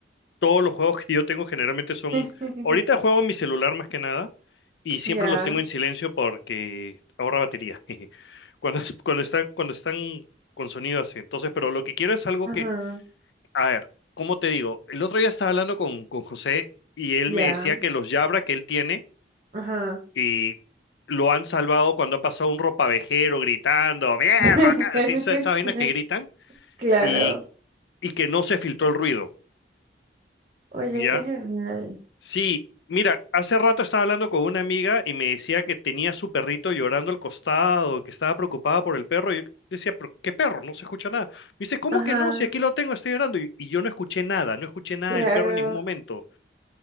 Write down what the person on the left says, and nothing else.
todos los juegos <laughs> que yo tengo generalmente son,
ahorita
juego en mi celular más que nada y siempre
los tengo en silencio porque ahorra batería, <laughs> jeje, cuando, cuando está, cuando están con sonido así, entonces, pero lo que quiero es algo
a ver, ¿cómo te digo? El otro día estaba hablando con, con José y él
me decía que los Jabra que él tiene
y lo han salvado cuando ha pasado un ropavejero gritando, ¡Mierda!
acá", sí, esas esas vainas que gritan
y, y que no se filtró el ruido,
¿ya?
Sí, mira, hace rato estaba hablando con una amiga y me decía que tenía su perrito llorando al costado, que estaba preocupada por el perro y yo decía, ¿pero qué perro? No se escucha nada. Me dice, ¿cómo
que no? Si aquí lo tengo, estoy llorando y, y yo no escuché nada, no escuché nada
del perro en ningún momento.